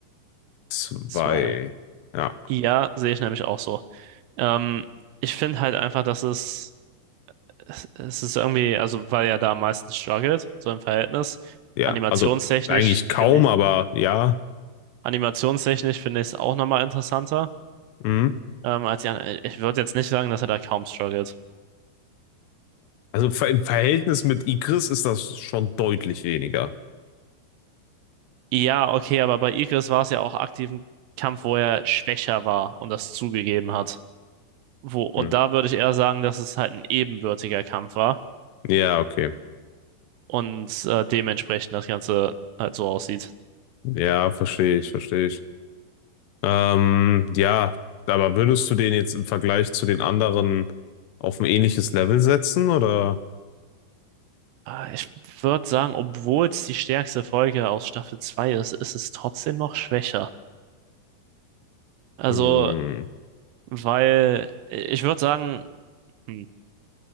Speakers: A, on the left; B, on the right.
A: zwei,
B: zwei.
A: Ja,
B: Ja, sehe ich nämlich auch so. Ähm, ich finde halt einfach, dass es. es, es ist irgendwie, also weil er da am meisten struggelt, so im Verhältnis.
A: ja,
B: Animationstechnisch
A: also eigentlich kaum,
B: finde ich,
A: aber ja.
B: animationstechnisch finde ich es auch nochmal interessanter,
A: Mhm.
B: ähm, als die anderen. Ich würde jetzt nicht sagen, dass er da kaum struggelt.
A: Also ver- im Verhältnis mit Igris ist das schon deutlich weniger.
B: Ja, okay, aber bei Igris war es ja auch aktiv ein Kampf, wo er schwächer war und das zugegeben hat. Wo, und
A: Hm.
B: da würde ich eher sagen, dass es halt ein ebenbürtiger Kampf war
A: Ja, okay.
B: und äh, dementsprechend das Ganze halt so aussieht.
A: Ja, verstehe ich, verstehe ich. Ähm, ja, aber würdest du den jetzt im Vergleich zu den anderen auf ein ähnliches Level setzen oder?
B: Ah, Ich würde sagen, obwohl es die stärkste Folge aus Staffel 2 ist, ist es trotzdem noch schwächer. Also,
A: Hm,
B: weil äh, ich würde sagen, hm,